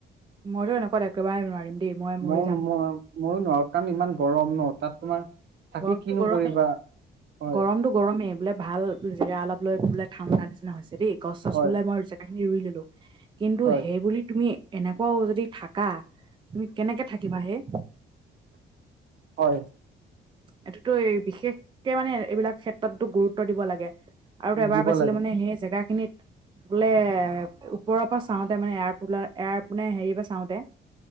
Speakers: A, on the right (about 25°); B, on the right (about 60°).
A: মইতো এনেকুৱাত একেবাৰে নোৱাৰিম দেই মই মৰি
B: নোৱাৰো
A: যাম
B: ম মও নোৱাৰো কাৰণ ইমান গৰম ন তাত তোমাৰ থাকি
A: গৰমটো
B: কিনো
A: গৰমে
B: কৰিবা হয়
A: গৰমটো গৰমে বোলে ভাল জেগা অলপ লৈ বোলে ঠাণ্ডা নিচিনা হৈছে দেই গছ চছ
B: হয়
A: বোলাই মই জেগা খিনি ৰুই ললো কিন্তু
B: হয়
A: সেইবুলি তুমি এনেকুৱাও যদি থাকা তুমি কেনেকে থাকিবা হেই
B: হয়
A: এইটোতো এই বিশেষকে মানে এইবিলাক ক্ষেত্ৰতো গুৰুত্ব দিব লাগে আৰু ত এবাৰ
B: দিব
A: পাইছিলো
B: লাগে
A: মানে সেই জেগাখিনিত বোলে ওপৰৰ পা চাওঁতে মানে এয়াৰ পোলাও এয়াৰ পোনে হেৰিৰ পা চাওঁতে